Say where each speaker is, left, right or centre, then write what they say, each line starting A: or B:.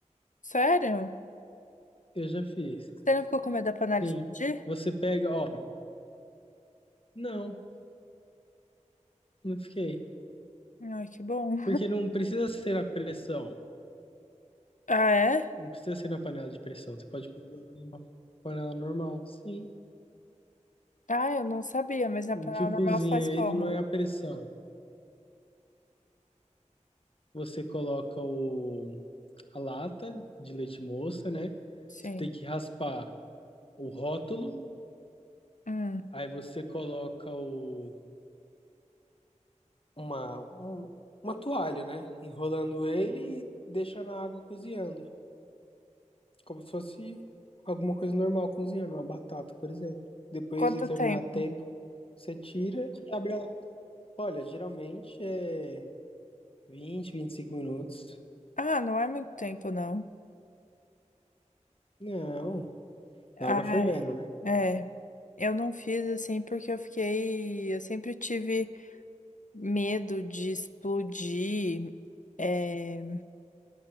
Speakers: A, on the left (about 80°); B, on the left (about 45°).
A: Sério?
B: Eu já fiz.
A: Você não ficou com medo da panela
B: Sim.
A: explodir?
B: Você pega, ó. Não, não fiquei.
A: Ai, que bom.
B: Porque não precisa ser a pressão.
A: Ah, é?
B: Não precisa ser na panela de pressão. Você pode cozinhar numa panela normal. Sim.
A: Ah, eu não sabia, mas na
B: O
A: panela
B: que
A: normal
B: cozinha
A: você faz
B: ele
A: como?
B: não é a pressão. Você coloca o, a lata de leite moça, né?
A: Sim.
B: Você tem que raspar. o rótulo,
A: Hum.
B: aí você coloca o. Uma, um- uma toalha, né? Enrolando ele e deixa na água cozinhando. Como se fosse alguma coisa normal cozinhando, uma batata, por exemplo. Depois
A: Quanto
B: de determinado
A: tempo?
B: tempo, você tira e abre a. Olha, geralmente é vinte vinte e cinco minutos.
A: Ah, não é muito tempo, não.
B: Não,
A: Ah,
B: na água fervendo, né?
A: é. Eu não fiz assim porque eu fiquei. Eu sempre tive medo de explodir é,